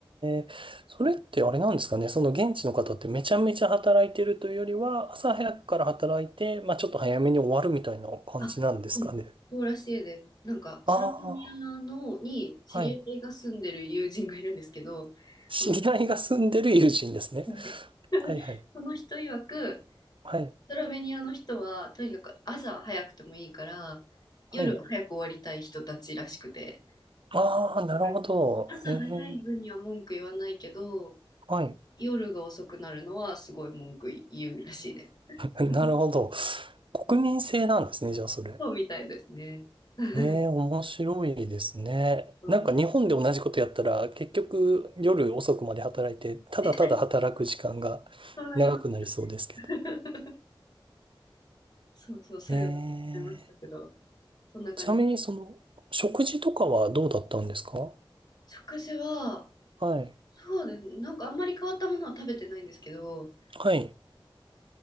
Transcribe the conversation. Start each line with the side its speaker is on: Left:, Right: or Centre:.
Right: え、それってあれなんですかね、
Left: うん
Right: その現地の方ってめちゃめちゃ働いてるというよりは、朝早くから働いて、まあちょっと早めに終わるみたいな感じなんですかね。
Left: あ、うん、そうらしいです。なんか、スロベニアのに知り合いが住んでる友人がいるんですけど、
Right: ああ、はい。知り合いが住んでる友人ですね。
Left: あのはい <laughs>
Right: はいはい。
Left: その人曰く、
Right: はい。
Left: スロベニアの人はとにかく朝は早くてもいいから夜は早く終わりたい人たちらしくて
Right: はい。ああ、なるほど。
Left: うん朝早い分には文句言わないけど
Right: ええ、はい。
Left: 夜が遅くなるのはすごい文句言うらしいです。
Right: <laughs>
Left: <laughs>
Right: なるほど。国民性なんですね、じゃあそれ。
Left: そうみたいですね。<laughs>
Right: ええ、面白いですね。
Left: うん
Right: なんか日本で同じことやったら、結局夜遅くまで働いて、ただただ働く時間が
Left: 絶対そうなります。
Right: 長くなりそうですけど。
Left: <laughs> そうそう、それは思いましたけど、
Right: ええ、
Left: そんな感じです。
Right: ちなみにその、食事とかはどうだったんですか
Left: 食事は、
Right: はい。
Left: そうですね、なんかあんまり変わったものは食べてないんですけど、
Right: はい。